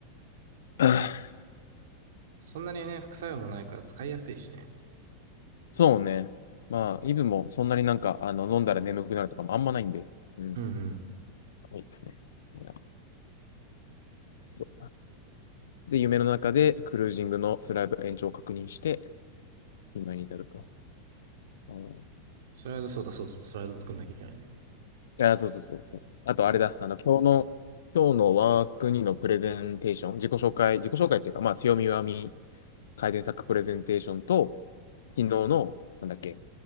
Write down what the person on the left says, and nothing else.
<clears throat>
<sighs> そうね。まあ、イブもそんなになんか、あの、飲んだら眠くなるとかもあんまないんで。うん。
いいですね。いやそう。で、夢の中でクルージングのスライド延長を確認して、今に至ると。うん、い
や、そうそうそうそう。あと、
あれだ。あの、今日の、今日のワーク2のプレゼンテーション、自己紹介、自己紹介っていうか、まあ、強み弱み改善策プレゼンテーションと、昨日の、なんだっけ、